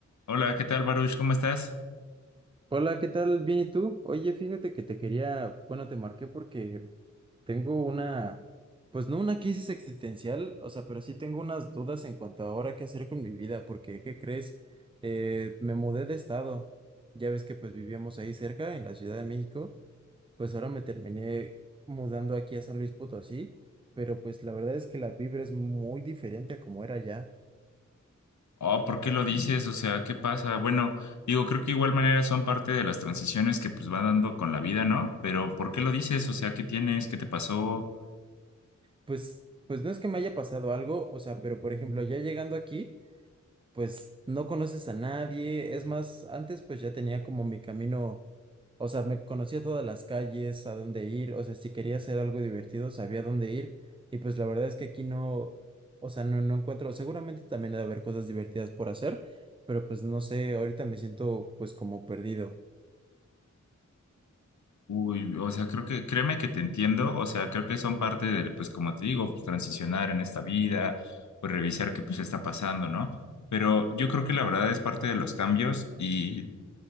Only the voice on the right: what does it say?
Hola, ¿qué tal? Bien, ¿y tú? Oye, fíjate que te quería, bueno, te marqué porque tengo una, pues no una crisis existencial, o sea, pero sí tengo unas dudas en cuanto a ahora qué hacer con mi vida, porque, ¿qué crees? Eh, me mudé de estado, ya ves que pues vivíamos ahí cerca, en la Ciudad de México, pues ahora me terminé mudando aquí a San Luis Potosí, pero pues la verdad es que la vibra es muy diferente a como era allá.
Pues, pues no es que me haya pasado algo, o sea, pero por ejemplo, ya llegando aquí, pues no conoces a nadie. Es más, antes pues ya tenía como mi camino, o sea, me conocía todas las calles, a dónde ir, o sea, si quería hacer algo divertido, sabía dónde ir. Y pues la verdad es que aquí no, o sea, no, no encuentro, seguramente también debe haber cosas divertidas por hacer, pero pues no sé, ahorita me siento pues como perdido.